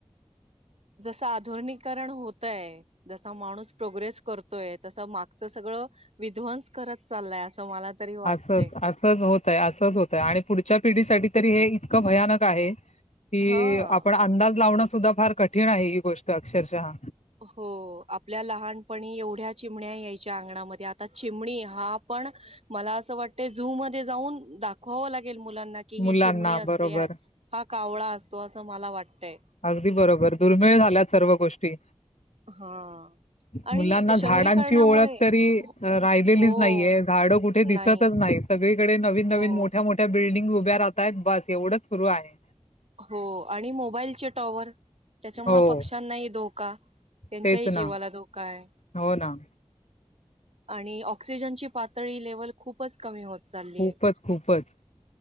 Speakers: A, on the right; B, on the left.
A: जसं आधुनीकरण होतय- जसा माणूस प्रोग्रेस करतोय, तस मागचं सगळं- विध्वंस करत चाललाय, असं मला- तरी वाटतय.
B: असंच, असंच होतय, असंच होतय आणि पुढच्या पिढीसाठी- तरी, हे इतकं भयानक आहे की,
A: हा
B: आपण अंदाज लावणं सुद्धा फार कठीण आहे ही गोष्ट. अक्षरशः.
A: हो, आपल्या लहानपणी एवढ्या चिमण्या यायच्या अंगणामध्ये आता चिमणी हा पण- मला असं वाटतं, झू मध्ये जाऊन दाखवावं लागेल मुलांना कि,
B: मुलांना
A: ही चिमणी असते-
B: बरोबर
A: हा कावळा असतो, असं मला वाटतय.
B: अगदी बरोबर, दुर्मिळ झाल्यात सर्व गोष्टी.
A: हा. आणि
B: मुलांना
A: शहरीकरणामुळे
B: झाडांची ओळख तरी
A: हो
B: राहिलेलीच
A: हो हो,
B: नाहीये, झाडं कुठे
A: नाही
B: दिसतच नाहीत. सगळीकडे नवीन नवीन,
A: हो
B: मोठ्या मोठ्या बिल्डिंग उभ्या राहत आहेत, बस एवढंच सुरू आहे.
A: हो आणि मोबाईलचे टॉवर- त्याच्यामुळे
B: हो
A: पक्ष्यांनाही धोका, त्यांच्याही
B: तेच
A: जीवाला
B: ना
A: धोका आहे.
B: हो ना
A: आणि ऑक्सिजनची पातळी लेव्हल खूपच कमी होत- चालली
B: खूपच,
A: आहे
B: खूपच,